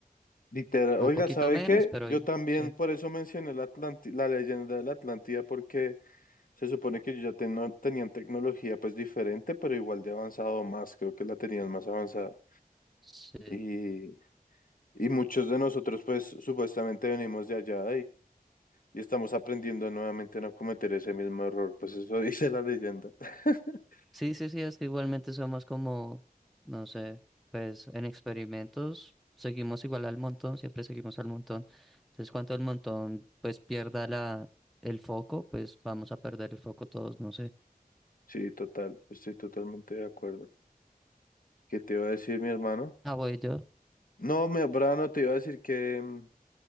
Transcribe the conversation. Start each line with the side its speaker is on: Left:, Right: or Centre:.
Left: Literal.
Centre: o
Left: Oiga,
Centre: un poquito
Left: ¿sabe
Centre: menos,
Left: qué?
Centre: pero
Left: Yo también
Centre: sí.
Left: por eso mencioné la Atlanti- la leyenda de la Atlántida, porque se supone que ellos ya teno- tenían tecnología pues diferente, pero igual de avanzado más, creo que la tenían más avanzada.
Centre: Sí.
Left: Y, y muchos de nosotros pues supuestamente venimos de allá y estamos aprendiendo nuevamente a no cometer ese mismo error. Pues eso <laughs> dice la leyenda. <laughs>
Centre: Sí, sí, sí, es que igualmente somos como, no sé, pues en experimentos seguimos igual al montón, siempre seguimos al montón. Entonces, cuanto el montón pues pierda la, el foco, pues vamos a perder el foco todos, no sé.
Left: Sí, total, estoy totalmente de acuerdo. ¿Qué te iba a decir, mi hermano?
Centre: Ah, voy yo. <laughs>
Left: No, mi hermano, te iba a decir que, mm,